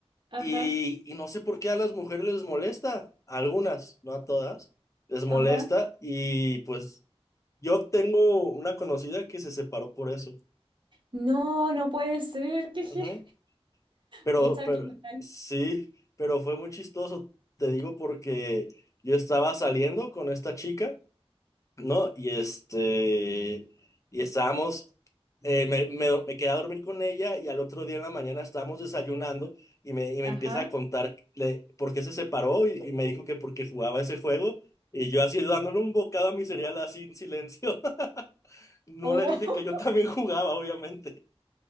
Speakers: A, on the right (about 50°); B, on the left (about 30°).
A: Ajá,
B: Y, y no sé por qué a las mujeres les molesta, a algunas, no a todas, les molesta
A: ajá.
B: y pues yo tengo una conocida que se separó por eso.
A: No, no puede ser. ¿Qué,
B: Ujú.
A: qué?
B: Pero,
A: Pucha,
B: pero,
A: qué mal.
B: sí, pero fue muy chistoso, te digo, porque yo estaba saliendo con esta chica. ¿no? Y este, y estábamos, eh, me, me, me quedé a dormir con ella y al otro día en la mañana estábamos desayunando y me, y me
A: Ajá.
B: empieza a contar le- por qué se separó y, y me dijo que porque jugaba ese juego y yo así dándole un bocado a mi cereal así en silencio. <laughs> No
A: Oh,
B: le dije que yo
A: <laughs>
B: también jugaba, obviamente.